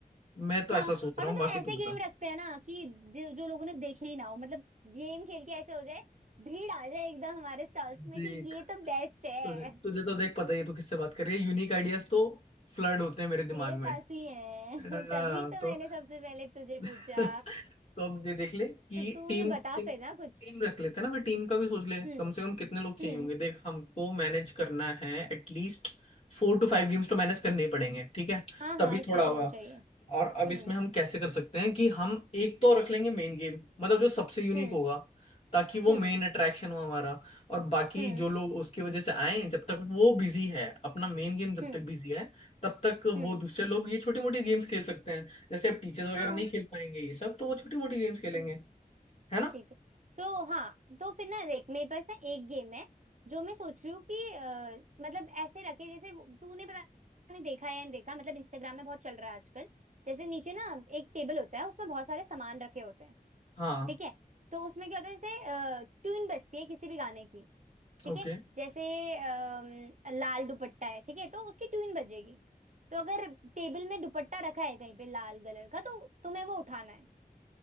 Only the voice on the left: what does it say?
मैं तो
ऐसा सोच रहा
हूँ बाकी
तू बता
देख
तुझे तुझे तो देख पता ही है तू किससे बात कर रही है यूनिक आइडियाज तो फ्लड होते हैं मेरे दिमाग
में
हाँ,
तो
<laughs>
तो अब ये देख ले कि
टीम
टीम
टीम रख लेते हैं ना फिर टीम का भी सोच ले कम
से कम कितने लोग चाहिए
होंगे देख हमको मैनेज करना है at least four two five games तो मैनेज करने ही पड़ेंगे ठीक है
तभी
थोड़ा होगा
और अब
इसमें हम कैसे कर सकते हैं कि हम एक तो रख लेंगे मेन गेम मतलब जो सबसे यूनिक
होगा ताकि वो
मेन अट्रैक्शन हो हमारा और बाकी
जो लोग उसकी वजह से आए जब तक वो बिजी है अपना मेन गेम जब
तक बिजी है तब तक
वो दूसरे लोग ये छोटी मोटी गेम्स खेल सकते हैं जैसे अब टीचर्स वगैरह
नहीं खेल पाएंगे ये सब तो वो छोटी मोटी गेम्स खेलेंगे
है ना
हाँ
ओके